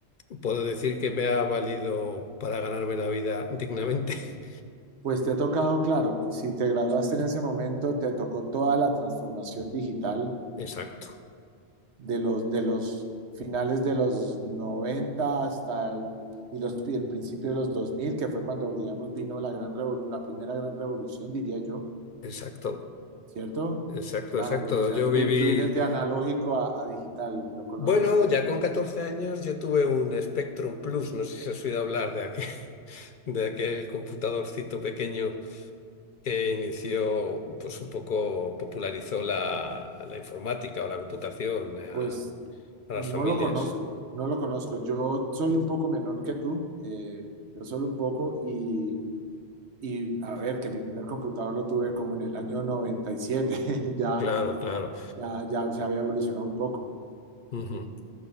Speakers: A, on the left; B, on the right.
A: puedo decir que me ha valido para ganarme la vida dignamente. <laughs>
B: Pues te ha tocado, claro, si te graduaste en ese momento, te tocó toda la transformación digital
A: Exacto,
B: de los, de los finales de los 90 hasta el, y los, y el principio de los 2000 que fue cuando, digamos, vino la, gran revolu- la primera gran revolución, diría yo,
A: exacto.
B: ¿cierto?
A: Exacto,
B: Claro,
A: exacto.
B: o sea,
A: Yo
B: tú,
A: viví,
B: vien- tú vienes de analógico a, a digital, lo conoces
A: bueno,
B: todo.
A: ya con 14 años yo tuve un Spectrum Plus, no sé si has oído hablar de aquel, <laughs> de aquel computadorcito pequeño que inició, pues un poco popularizó la, la informática o la computación a,
B: Pues
A: a las
B: no
A: familias.
B: lo conozco, no lo conozco. Yo soy un poco menor que tú, eh, pero solo un poco, y, y a ver, que mi primer computador lo tuve como en el año 97 <laughs> ya,
A: Claro, claro.
B: ya, ya se había evolucionado un poco.
A: Ujú.